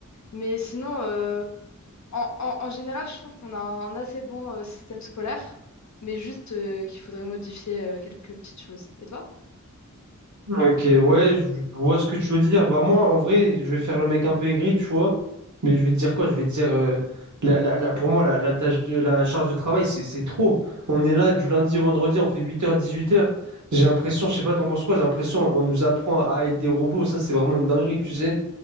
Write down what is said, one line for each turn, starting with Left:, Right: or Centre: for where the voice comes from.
Left: Mais sinon, euh, En, en- en général, je trouve qu'on a un assez bon euh, système scolaire, mais juste euh, qu'il faudrait modifier euh, quelques petites choses. Et toi?
Right: Ok, ouais, je vois ce que tu veux dire. Bah moi, en vrai, je vais faire le mec un peu aigri, tu vois. Mais je vais te dire quoi? Je vais te dire, euh, la, la- la- pour moi, la, la tâche de, la charge de travail, c'est c'est trop. On est là du lundi au vendredi, on fait huit heures dix huit heures J'ai l'impression, je sais pas, t'en penses quoi? J'ai l'impression, on nous apprend à être des robots. Ça, c'est vraiment une dinguerie, tu sais.